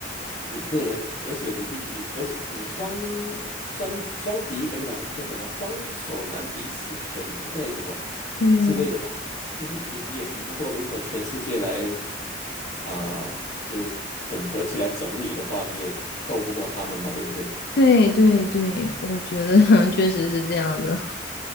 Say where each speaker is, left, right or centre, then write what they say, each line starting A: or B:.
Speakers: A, on the left; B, on the left.
A: 你个人，而且你必须，而且你双双双敌，呃，不是啊叫什么，双手难敌四拳之类的什么
B: 对
A: 之类的吧，就是你你也敌不过，如果全世界来啊、就整合起来整你的话，你也斗不过他们嘛，对不对？
B: 对对对对，我觉得 <laughs> 确实是这样的，
A: 嗯。